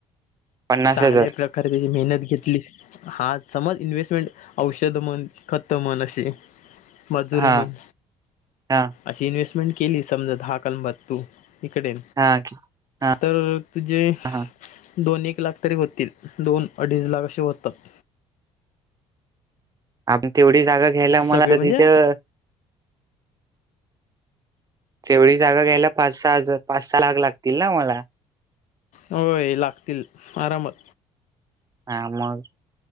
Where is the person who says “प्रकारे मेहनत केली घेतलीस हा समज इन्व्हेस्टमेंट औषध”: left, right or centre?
Left